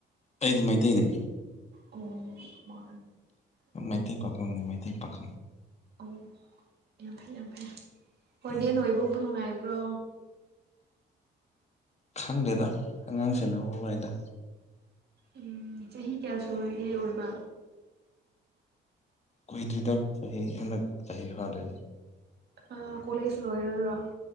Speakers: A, on the left (about 35°); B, on the right (about 55°).
A: ꯑꯩꯗꯤ ꯃꯩꯇꯩꯅꯤ
B: ꯑꯣ ꯃꯥ
A: ꯃꯩꯇꯩ ꯄꯥꯝꯅꯦ ꯃꯩꯇꯩ ꯄꯥꯝ
B: ꯑꯣ ꯌꯥꯝ ꯐꯩ ꯌꯥꯝ ꯐꯩ ꯍꯣꯔꯗꯦꯟ
A: ꯎꯝ
B: ꯅꯣꯏꯕꯕꯨ ꯅꯨꯡꯉꯥꯏꯕ꯭ꯔꯣ
A: ꯈꯪꯗꯦꯗꯣ ꯑꯉꯥꯡꯁꯤꯡꯦꯅ ꯍ ꯋꯥꯏꯗ
B: ꯎꯝ ꯆꯍꯤ ꯀꯌꯥ ꯁꯨꯔꯒꯦ ꯑꯣꯏꯕ
A: ꯀꯨꯏꯗ꯭ꯔꯤꯗ ꯆꯍꯤ ꯍꯟꯗꯛ ꯆꯍꯤ ꯐꯥꯟꯗꯦ
B: ꯑ ꯀꯣꯂꯦꯁ ꯂꯣ ꯏꯔꯗꯔꯥ